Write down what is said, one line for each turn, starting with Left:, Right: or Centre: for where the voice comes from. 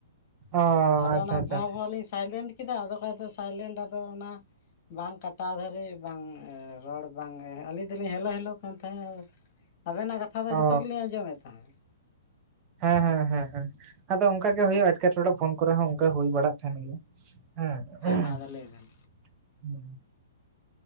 Right: ᱚ
Left: ᱟᱫᱚ
Right: ᱟᱪᱪᱷᱟ
Left: ᱚᱱᱟ
Right: ᱟᱪᱪᱷᱟ
Left: ᱵᱷᱚ ᱵᱷᱚ ᱞᱤᱧ ᱥᱟᱭ ᱞᱮᱱᱰ ᱠᱮᱫᱟ ᱟᱫᱚ ᱠᱷᱟᱡ ᱫᱚ ᱥᱟᱭᱞᱮᱱᱰ ᱟᱫᱚ ᱚᱱᱟ ᱵᱟᱝ ᱠᱟᱴᱟ ᱫᱷᱟᱹᱨᱤᱡ ᱵᱟᱝ ᱨᱚᱲ ᱵᱟᱝᱜᱮ ᱟᱹᱞᱤᱧ ᱫᱚᱞᱤᱧ ᱦᱮᱞᱳ ᱦᱮᱞᱳ ᱠᱟᱱ ᱛᱟᱦᱮᱸᱫ ᱟᱵᱮᱱᱟᱜ ᱠᱟᱛ ᱠᱟᱛᱷᱟ ᱫᱚ
Right: ᱚ
Left: ᱡᱚᱛᱚ ᱜᱮᱞᱤᱧ ᱟᱸᱡᱚᱢᱮᱫ ᱛᱟᱦᱮᱫ ᱾
Right: ᱦᱮᱸ ᱦᱮᱸ ᱦᱮᱸ ᱦᱮᱸ ᱟᱫᱚ ᱚᱱᱠᱟ ᱜᱮ ᱦᱩᱭᱩᱜᱼᱟ ᱮᱴᱠᱮᱴᱚᱬᱮ ᱯᱷᱳᱱ ᱠᱚᱨᱮ ᱦᱚᱸ ᱚᱱᱠᱟ ᱦᱩᱭ ᱵᱟᱲᱟᱜ ᱛᱟᱦᱮᱱ ᱜᱮᱭᱟ ᱾ ᱦᱮᱸ
Left: ᱢᱟ ᱟᱫᱚ ᱞᱟᱹᱭ ᱵᱮᱱ
Right: ᱾